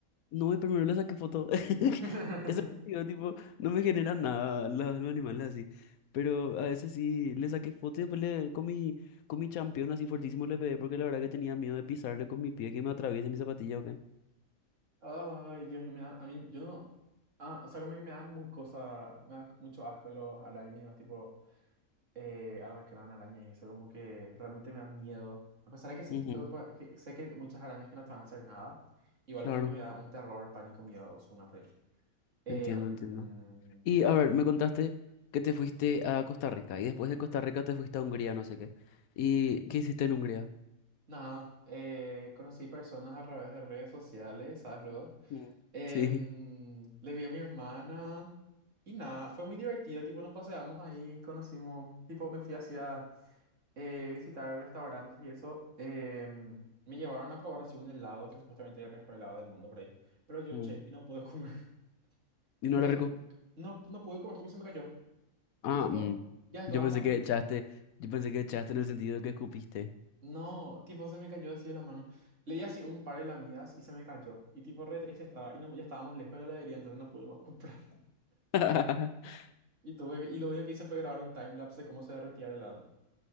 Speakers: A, on the left; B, on the right.
A: no, y primero le saqué foto. <laughs>
B: <laughs>
A: Eso es lo que digo, tipo, no me genera nada la- los animales así. Pero a veces sí le saqué foto y después le, con mi, con mi champión así fuertísimo le pegué porque la verdad que tenía miedo de pisarle con mi pie que me atraviese mi zapatilla o qué.
B: Ay, Dios mío, me da- a mí, yo no... Ah, o sea, como que me da muy cosa, me da mucho asco los arácnidos, tipo eh, alacrán, arañas y eso, como que realmente me da miedo. A pesar de que, sentí
A: Ujú,
B: que, que sé que hay muchas arañas que no te van a hacer nada, igual
A: Claro,
B: como que me da un terror, pánico, miedo, una por ahí. Eh,
A: entiendo,
B: mm,
A: entiendo. Y a ver, me contaste que te fuiste a Costa Rica y después de Costa Rica te fuiste a Hungría, no sé qué. ¿Y qué hiciste en Hungría?
B: nada, eh, conocí personas a través de redes sociales, ¿sabes luego?
A: Mm.
B: Eh,
A: <laughs>
B: mm,
A: Sí.
B: le vi a mi hermana y nada, fue muy divertido, tipo nos paseamos ahí, conocimos, tipo me fui hacia eh, visitar restaurantes y eso. eh, mm, me llevaron a probar así un helado, que supuestamente era el mejor helado del mundo por ahí, pero yo
A: mm.
B: che, y no pude comer, <laughs>
A: ¿Y
B: y
A: no
B: ya,
A: era rico?
B: no, no pude comer porque se me cayó.
A: Ah,
B: Y tipo,
A: mm.
B: ya estábamos...
A: Yo pensé que echaste, yo pensé que echaste en el sentido de que escupiste.
B: No, tipo, se me cayó así de la mano. Le di así un par de lamidas y se me cayó. Y tipo, re triste estaba. Y no, ya estábamos lejos de la heladería, entonces no pudimos comprar. <laughs>
A: <laughs>
B: Y tuve que- y lo único que hice fue grabar un timelapse de cómo se derretía el helado.